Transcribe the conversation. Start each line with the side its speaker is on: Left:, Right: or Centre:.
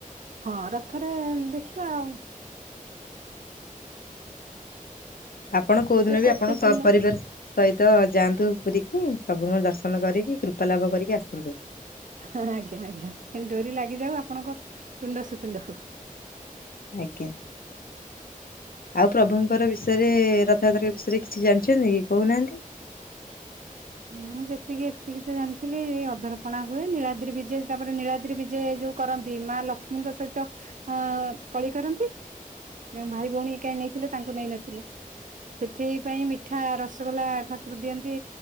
Right: ହଁ ରଥରେ ଦେଖିବା ଆଉ।
Left: ଆପଣ କୋଉ ଦିନ
Right: ସେ
Left: ବି
Right: କୋଟି
Left: ଆପଣ ସ
Right: ପୁଣ୍ୟ
Left: ପରିବାର ସହିତ ଯାଆନ୍ତୁ ପୁରି କି ପ୍ରଭୁଙ୍କର ଦର୍ଶନ କରିକି କୃପା ଲାଭ କରିକି ଆସନ୍ତୁ।
Right: ହ ଆଜ୍ଞା ଆଜ୍ଞା ଏତି ଡୋରି ଲାଗିଯାଉ ଆପଣଙ୍କ ତୁଣ୍ଡ ସୁତୁଣ୍ଡ ହଉ।
Left: ଆଜ୍ଞା। ଆଉ ପ୍ରଭୁଙ୍କର ବିଷୟରେ ରଥଯାତ୍ରା ବିଷୟରେ କିଛି ଜାଣିଛନ୍ତି କି କହୁନାହାନ୍ତି?
Right: ହଁ ମୁଁ ଯେତିକି ଏତିକି ତ ଜାଣିଥିଲି ଏଇ ଅଧରପଣା ହୁଏ ନୀଳାଦି ବିଜୟ ତାପରେ ନୀଳାଦି ବିଜେ ଏ ଯୋଉ କରନ୍ତି ମା ଲକ୍ଷ୍ମୀଙ୍କ ସହିତ ଅ କଳି କରନ୍ତି। ଭାଇ ଭଉଣୀ କାଁ ନେଇଥିଲେ? ତାଙ୍କୁ ନେଇ ନଥିଲା ସେଥିପାଇ ମିଠା ରସଗୋଲା ଠାକୁର ଦିଅନ୍ତି